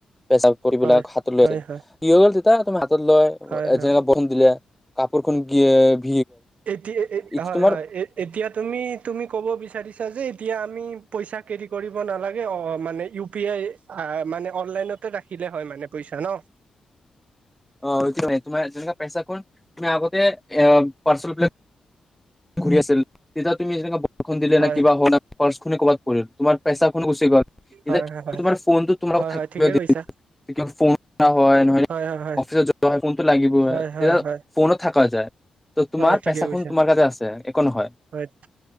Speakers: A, in the centre; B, on the right (about 70°).
A: পেচা পৰিবলাক
B: হয়
A: হাতত লৈ
B: হয়
A: আছিল
B: হয়
A: <unintelligible> তাত লয়
B: হয় হয়
A: জনেকা বসুন দিলে কাপোৰ <unintelligible>
B: এতিয়া
A: ইটো
B: হয়
A: তোমাৰ
B: হয় এ এতিয়া তুমি তুমি কব বিচাৰ এতিয়া আমি পইচা কেৰি কৰিব নালাগে অ মানে ইউপি আই মানে অনলাইনতে ৰাখিলে হয় মানে পইচা ন।
A: অ সটো তোমাৰ যেনেকুৱা পইচাখন তুমি আগতে এ পাৰ্চেল বিলাক ঘোৰি আছিল তেতিয়া তুমি যেনেকা বৰষুন দিলেন
B: হয়
A: কিবা হব ন ক'বাত পৰিল তোমাৰ পইচা খ গুচি গল এতিয়া
B: হয়
A: কি
B: হয়
A: তোমাৰ ফোনটো তোমাৰ
B: হয়
A: লগত থাকিব
B: হয় ঠিকেই কৈছা।
A: <unintelligible> হয় নহলে
B: হয় হয়
A: অফিচত যোৱা হয় ফোনতটো লাগিবই
B: হয়
A: তেতিয়া
B: হয় হয়
A: ফোনত থাকা যায়। ত তোমাৰ
B: হয় ঠিকে
A: পেচাখন
B: কৈছা
A: তোমাৰ তাতে আছে একো নহয়
B: হয়